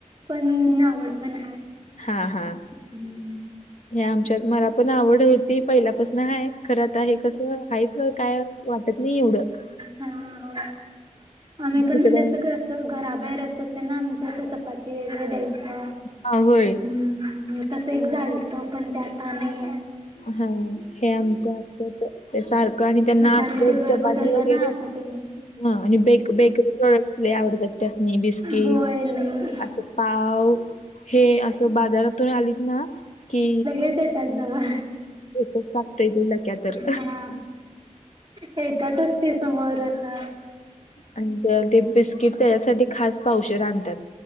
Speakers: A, on the right; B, on the left.
A: पण आवड पण
B: हा हा.
A: <inaudible>
B: हे आमच्यात मला पण आवड होती, पहिल्यापसन आहे खरं त हे कसं आहे. सं काय वाटत नही एवढं.
A: हा हा! आम्ही पण
B: तिकडं
A: म्हणजे असं कसं, घराबाहेर येता त्यांना म ते असं चपाती वगैरे द्याय चा
B: हा होय
A: मं तस एक झालत, पण ते आता नहिय.
B: हा हे आमच्या आत्याच ते सार आणि त्यांना
A: म्हणजे
B: असलं
A: आम्ही ते घर
B: चपाती
A: बदललं
B: वगैरे.
A: ना आता ते
B: हा आणि बेक-बेकरी प्रॉडक्टस लयी आवडतात त्यासनी, बिस्किट
A: होय लई
B: असं पाव. हे असं बाजारातून आलीत ना की
A: तेच येतात जवळ.
B: स्टेटस टाकता येते लक्यातर.
A: हा येतातच ते समोर असं.
B: आण त्याला ते बिस्किट त्याच्यासाठी खास पावशेर आणत्यात.